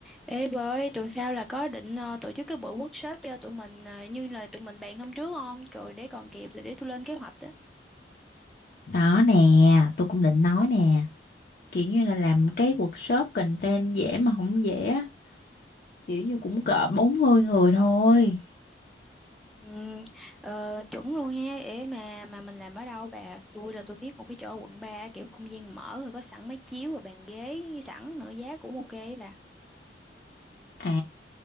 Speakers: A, in the centre; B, on the left.
A: Ê bà ơi, tuần sau là có định ờ, tổ chức cái buổi workshop cho tụi mình ờ, như là tụi mình bàn hôm trước không? Rồi để còn kịp rồi để tôi lên kế hoạch á.
B: Đó nè, tôi cũng định nói nè, kiểu như là làm cái workshop content dễ mà không dễ, á. kiểu như cũng cỡ 40 người thôi.
A: Ừm, ờ, chuẩn luôn ha, để mà mà mình làm ở đâu bà? Tôi là tôi biết một cái chỗ ở quận ba kiểu không gian mở rồi có sẵn máy chiếu và bàn ghế sẵn nữa giá cũng ok ấy bà.
B: À,